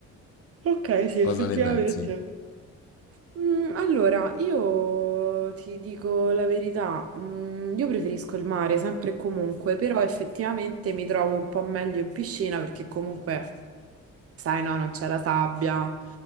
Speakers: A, on the right (about 50°); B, on the left (about 50°).
A: Ok, sì, effettivamente.
B: Cosa ne pensi?
A: Mm, allora, io ti dico la verità, mm, io preferisco il mare sempre e comunque, però effettivamente mi trovo un po' meglio in piscina perché comunque Sai, no, non c'è la sabbia,